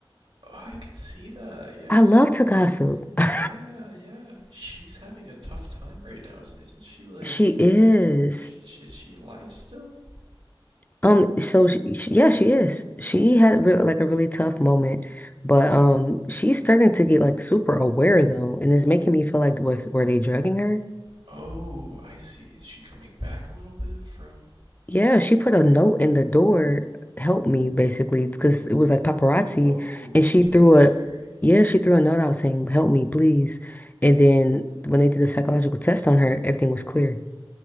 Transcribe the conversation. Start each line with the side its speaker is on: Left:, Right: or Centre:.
Right: Oh, I could see that. Yeah.
Left: I love to gossip. <laughs>
Right: Yeah, yeah. She's having a tough time right now, isn't isn't she like
Left: She is.
Right: sh- is she alive still?
Left: Um, so she, she- yeah, she is. She had real, like a really tough moment, but um, she's starting to get like super aware though, and it's making me feel like was were they drugging her?
Right: Oh, I see. Is she coming back a little bit from
Left: Yeah, she put a note in the door, help me basically, because it was like
Right: Whoa,
Left: paparazzi, and
Right: that's
Left: she threw
Right: really scary.
Left: a yeah, she threw a note out saying, "Help me, please." And then when they did the psychological test on her, everything was clear.